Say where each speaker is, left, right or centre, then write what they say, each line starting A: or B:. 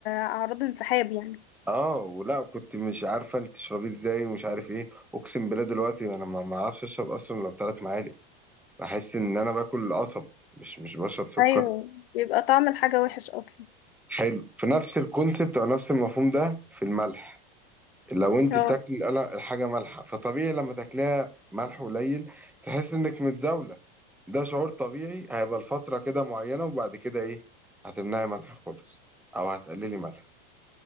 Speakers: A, on the left; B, in the centre.
A: اعراض انسحاب يعني
B: اه ولا كنت مش عارفه انت تشربيه ازاي ومش عارف ايه اقسم بالله دلوقتي انا ما ما اعرفش اشرب اصلا لو ثلاث معالق بحس ان انا باكل قصب مش مش بشرب سكر
A: ايوه بيبقى طعم الحاجة وحش اصلا
B: حلو في نفس الكونسبت او نفس المفهوم ده في الملح لو انت
A: اه
B: بتاكل قلق- الحاجه مالحه فطبيعي لما تاكلها ملح قليل تحس انك متزاوله ده شعور طبيعي هيبقى لفتره كده معينه وبعد كده ايه هتمنعي ملح خالص او هتقللي ملح